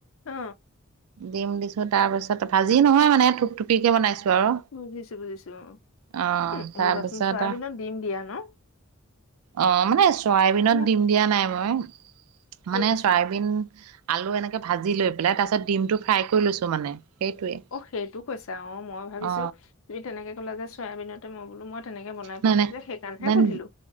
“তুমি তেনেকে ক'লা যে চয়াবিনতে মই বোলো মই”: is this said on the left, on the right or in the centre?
Left